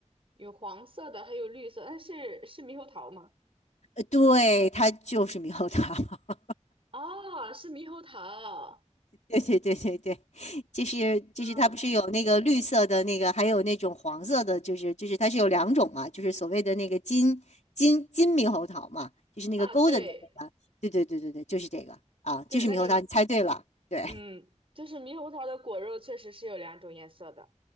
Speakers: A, on the right; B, on the left.
A: 有黄色的，还有绿色。但是是猕猴桃吗？
B: 呃，对，它就是猕猴桃。<laughs>
A: 哦，是猕猴桃，
B: 对对对对对，就是就是它不是有那个绿色的那个，
A: 嗯
B: 还有那种黄色的，就是就是它是有两种嘛，就是所谓的那个金金金猕猴桃嘛，就是那个
A: 啊，
B: golden
A: 对
B: 的那个。对对对对对，就是这个啊，
A: 对，
B: 就是猕猴桃，
A: 那个
B: 你猜对了。对。
A: 嗯，就是猕猴桃的果肉确实是有两种颜色的，